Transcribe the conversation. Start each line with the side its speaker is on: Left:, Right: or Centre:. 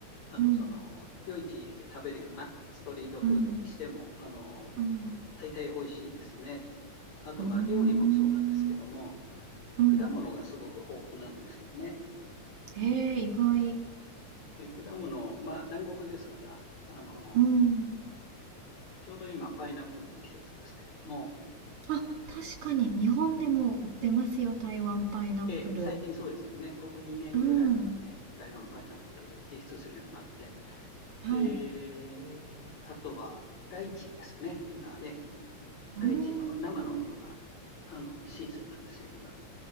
Left: あとその、
Right: うん、
Left: 夜市で食べるようなストリートフードにしても、
Right: うん、
Left: あの、
Right: うん、
Left: 大体美味しいですね。あとまあ、
Right: うーん、
Left: 料理もそうなんですけども、
Right: うん、
Left: 果物がすごく豊富なんですよね。
Right: えー、意外、
Left: で、果物、まあ、南国ですから、あの、
Right: うん、
Left: ちょうど今、パイナップルの季節ですけども、
Right: あ、確かに日本でも売ってますよ台湾パイナップル、
Left: うんええ、最近そうですよね。ここ2年ぐらい、
Right: うん、
Left: ええ、台湾パイナップル輸出するようになって。
Right: はい、
Left: で、あとは、ライチですね。今ね、ライチの生のものが、
Right: うーん、
Left: あの、シーズンなんですよ、今。